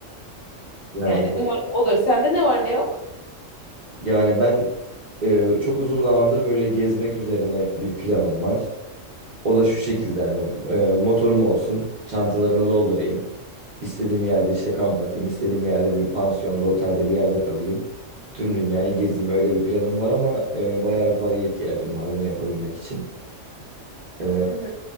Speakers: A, on the right; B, on the left.
A: Yani
B: Yani umarım olur. Sende ne var ne yok?
A: yani ben e, çok uzun zamandır böyle gezmek üzerine bir planım var. O da şu şekilde hani e, motorum olsun, çantalarını doldurayım. İstediğim yerde işte kamp atayım, istediğim yerde bir pansiyonda, otelde bir yerde kalayım. Tüm dünyayı gezeyim öyle bir planım var ama e, bayağı bir paraya ihtiyacım var bunu yapabilmek için. E,
B: Hı hı.